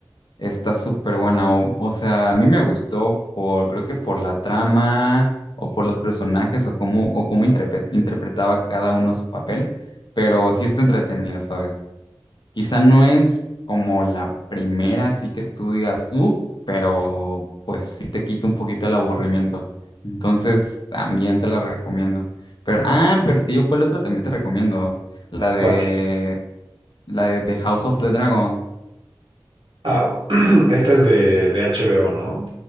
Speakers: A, on the left; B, on the right.
A: Está súper buena. O, o sea, a mí me gustó por, creo que por la trama o por los personajes o cómo, o cómo interpre- interpretaba cada uno su papel, pero sí está entretenido, ¿sabes? Quizá no es como la primera, así que tú digas, uff, pero pues sí te quita un poquito el aburrimiento. Entonces, también te la recomiendo. Pero, ah, pero te digo, ¿cuál otra también te recomiendo? La de,
B: ¿Cuál?
A: la de The House of the Dragon,
B: Ah, <clears throat> esta es de, de HBO, ¿no?